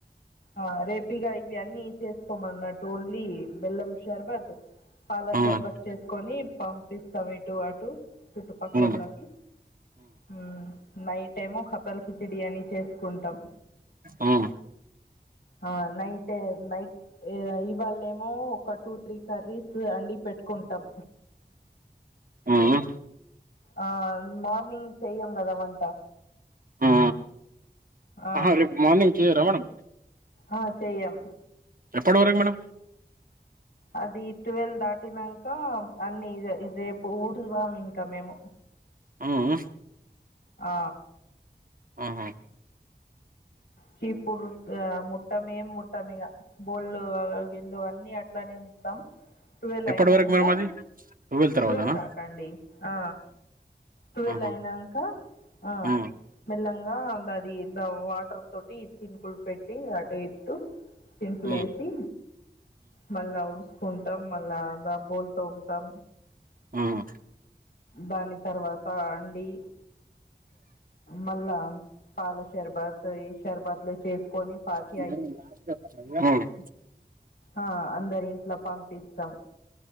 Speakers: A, on the left; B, on the right.
A: ఆ రేపీగా ఇవన్నీ చేసుకోమన్నట్టు ఓన్లీ బెల్లం షర్బత్ పాలా
B: ఆ
A: షర్బత్
B: ఆ
A: చేసుకోని పంపిస్తాం ఇటు అటు చుట్టుపక్కోలకి
B: ఆ
A: ఉమ్ నైట్ ఏమో ఖతల్ కిచడి అని చేసు కుంటం
B: ఆ
A: ఆ నైటే నైట్ ఎ వాళ్ళేమో ఒక టూ, త్రీ కర్రీస్ అండి పెట్టుకుంటం
B: ఉమ్ హు
A: ఆ మార్నింగ్ చెయ్యం కదా వంట
B: ఆ
A: ఆ
B: ఆహా రేపు మార్నింగ్ చేయరా మేడం
A: ఆ చెయ్యం
B: ఎప్పటి వరకు మేడం
A: అది టువెల్వ్ దాటినంక అన్ని ఇగా రేపు ఊడువం ఇంకా మేము
B: హు హు
A: ఆ
B: ఉమ్ హు
A: చీపురు ముట్టమే ము ట్టం ఇగా బోళ్ళు గిల్లు అన్ని అట్లానే ఉంచుతాం ట్వెల్వ్
B: ఎప్పటి
A: అయినంక
B: వరకు మేడం అది టువెల్ తర్వాతనా
A: ట్వెల్వ్ తాకండి ఆ ట్వెల్
B: ఆహా
A: అయినంక హా
B: ఆ ఆ
A: లంగా అది వాటర్ తోటి చినుకుల్ పెట్టి అటు ఇటు చింకుల్
B: ఆ
A: ఏసి మళ్ళ ఉడు కుంటాం మళ్ళాగా బోల్ తోంతం
B: మ్
A: దాని తర్వాత అండి మళ్ళా పాల శర్బత్ ఈ షర్బత్లు చేసుకొని పాతి
B: మ్
A: ఆ అందరి ఇంట్ల పంపిస్తాం